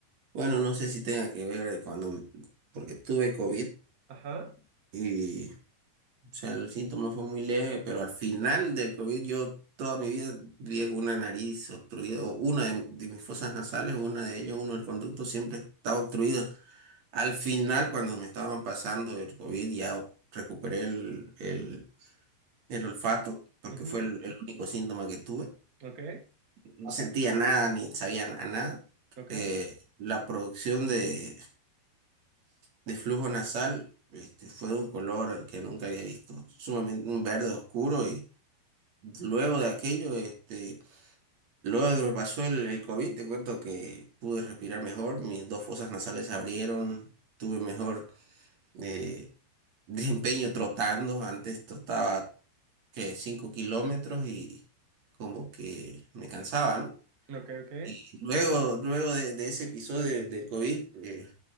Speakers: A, on the right; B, on the right.
A: bueno, no sé si tenga que ver cuando, porque tuve COVID
B: Ajá,
A: y O sea, el síntoma fue muy leve, pero al final del COVID yo toda mi vida viví con una nariz obstruida, o una de, de mis fosas nasales, una de ellas, uno del conducto, siempre estaba obstruido. Al final, cuando me estaban pasando el COVID, ya o- recuperé el, el, el olfato, porque
B: ujú,
A: fue el, el único síntoma que tuve.
B: ok,
A: No sentía nada ni sabía a nada.
B: ok,
A: Eh, la producción de, de flujo nasal, este, fue de un color que nunca había visto, sumamente un verde oscuro y Luego de aquello, este, luego de que me pasó el, el COVID, te cuento que pude respirar mejor, mis dos fosas nasales se abrieron, tuve mejor eh, <laughs> desempeño trotando. Antes trotaba que 5 kilómetros y como que me cansaba, ¿no?
B: ok, ok.
A: Y luego, luego de, de ese episodio del COVID, eh,